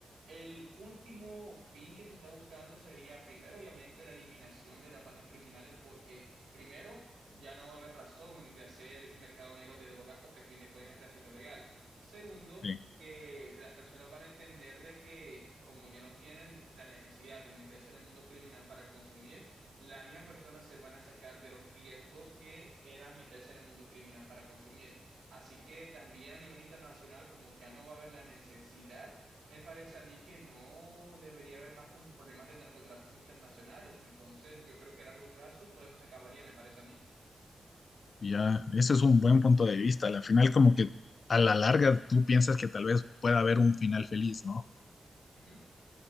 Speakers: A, on the right; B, on the left.
A: El último fin que se está buscando sería, primero, obviamente, la eliminación de las bandas criminales, porque primero, ya no va a haber razón de hacer mercado negro de drogas porque a fin de cuentas está siendo legal. Segundo,
B: sí.
A: que las personas van a entender de que como ya no tienen la necesidad de meterse en el mundo criminal para consumir, las mismas personas se van a sacar de los riesgos que era meterse en el mundo criminal para consumir. Así que también a nivel internacional, como ya no va a haber la necesidad me parece a mí que no debería haber más como problemas de narcotráfico internacionales. Entonces, yo creo que a largo plazo todo eso se acabaría, me parece a mí.
B: Y Ya, ese es un buen punto de vista. Al final, como que a la larga tú piensas que tal vez pueda haber un final feliz, ¿no?
A: Ujú.